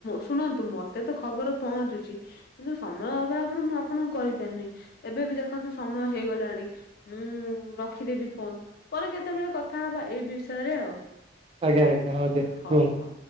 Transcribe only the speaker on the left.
ଶୁଣନ୍ତୁ, ମତେ ତ ଖବର ପହଞ୍ଚୁଛି କିନ୍ତୁ ସମୟ ଅଭାବରୁ ମୁଁ ଆପଣଙ୍କୁ କହିପାରୁନି। ଏବେ ବି ଦେଖନ୍ତୁ ସମୟ ହେଇଗଲାଣି। ହୁଁ ରଖିଦେବି ଫୋନ ପରେ କେତେବେଳେ କଥା ହବା ଏଇ ବିଷୟରେ ଆଉ।
ହଉ ହଉ।